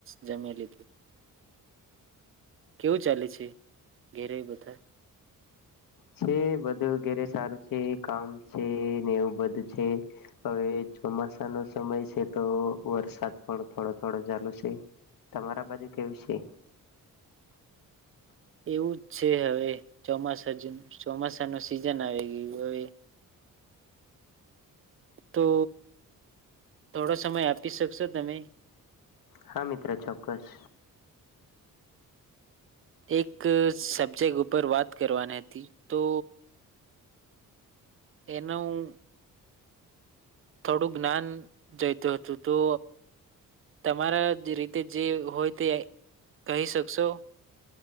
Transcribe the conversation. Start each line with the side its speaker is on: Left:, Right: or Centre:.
Right: જમી લીધું. કેવું ચાલે છે ઘેરે બધા?
Left: છે બધું ઘેરે સારું છે કામ છે ને એવું બધું છે હવે ચોમાસા નો સમય છે તો વરસાદ પણ થોડો થોડો ચાલુ છે તમારા બાજુ કેવું છે?
Right: એવું જ છે હવે ચોમાસા જ ચોમાસા ના સિઝન આવી ગયું હવે તો થોડો સમય આપી શકશો તમે?
Left: હા મિત્ર ચોક્કસ.
Right: એક સબ્જેક્ટ ઉપર વાત કરવાની હતી તો એનું થોડું જ્ઞાન જતું હતું તો તમારા જે રીતે જે હોય તે કહી શકશો?